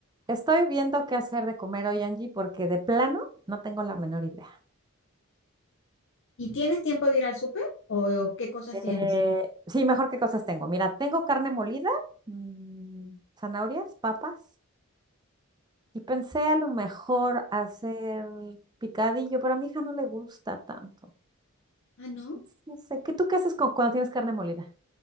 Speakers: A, on the right; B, on the left.
A: Estoy viendo qué hacer de comer hoy, Angie, porque de plano no tengo la menor idea.
B: ¿Y tienes tiempo de ir al súper? ¿O qué cosas
A: Eh,
B: tienes?
A: sí, mejor qué cosas tengo. Mira, tengo carne molida, mm, zanahorias, papas, y pensé a lo mejor hacer picadillo, pero a mi hija no le gusta tanto.
B: Ah, no.
A: Entonces, No sé, ¿qué tú qué haces con, cuando tienes carne molida?